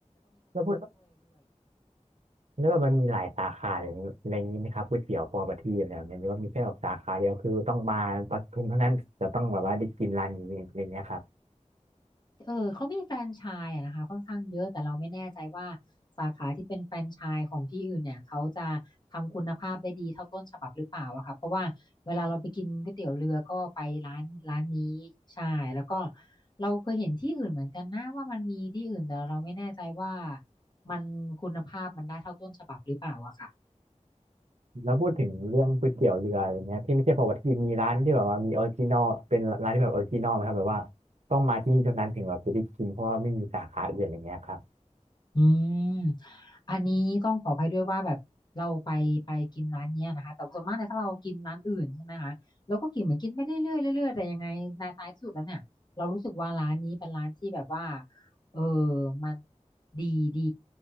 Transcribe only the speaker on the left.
เออเขามีแฟรนไชส์อะนะคะค่อนข้างเยอะแต่เราไม่แน่ใจว่าสาขาที่เป็นแฟรนไชส์ของที่อื่นเนี่ยเขาจะทำคุณภาพได้ดีเท่าต้นฉบับหรือเปล่าอะค่ะเพราะว่าเวลาเราไปกินก๋วยเตี๋ยวเรือก็ไปร้านร้านนี้ใช่แล้วก็เราเคยเห็นที่อื่นเหมือนกันนะว่ามันมีที่อื่นแต่เราไม่แน่ใจว่ามันคุณภาพมันได้เท่าต้นฉบับหรือเปล่าอะค่ะ
อืมอันนี้ต้องขออภัยด้วยว่าแบบเราไปไปกินร้านเนี้ยนะคะแต่ส่วนมากเนี่ยถ้าเรากินร้านอื่นใช่ไหมคะเราก็กินเหมือนกินไปเรื่อยๆเรื่อยๆแต่ยังไงในท้ายที่สุดแล้วเนี่ยเรารู้สึกว่าร้านนี้เป็นร้านที่แบบว่าเออมันดีดี